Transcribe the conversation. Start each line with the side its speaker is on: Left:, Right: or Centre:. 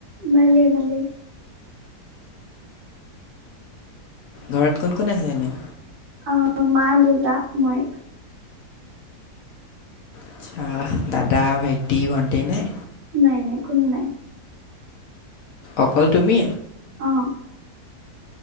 Right: ভালে ভালে
Left: ঘৰত কোন কোন আছে এনে?
Right: অ' মা দেউতা মই
Left: আচ্ছা দাদা ভাইটি ভণ্টি নাই
Right: নাই নাই কোনো নাই
Left: অকল তুমি,
Right: অ